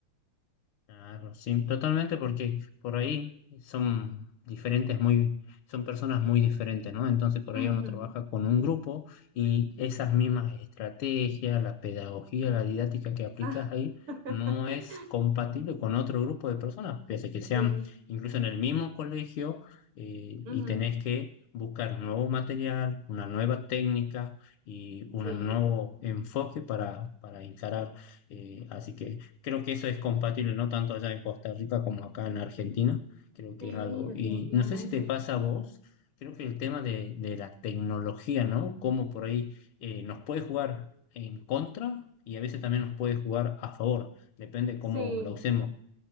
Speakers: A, on the left; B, on the right.
A: Claro, sí, totalmente, porque por ahí son diferentes, muy, son personas muy diferentes, ¿no? Entonces por ahí
B: Ujú.
A: uno trabaja con un grupo y esas mismas estrategias, la pedagogía, la didáctica que aplicas
B: Ah,
A: ahí,
B: <laughs>
A: no es compatible con otro grupo de personas, pese a que sean
B: sí,
A: incluso en el mismo colegio eh,
B: ujú,
A: y tenés que buscar nuevo material, una nueva técnica y un
B: sí,
A: nuevo enfoque para, para encarar. Eh, así que Creo que eso es compatible no tanto allá en Costa Rica como acá en Argentina. Creo que
B: sí,
A: es algo.
B: definitivamente.
A: Y no sé si te pasa a vos, creo que el tema de, de la tecnología, ¿no? Cómo por ahí eh, nos puede jugar en contra y a veces también nos puede jugar a favor. Depende
B: Sí,
A: cómo la usemos.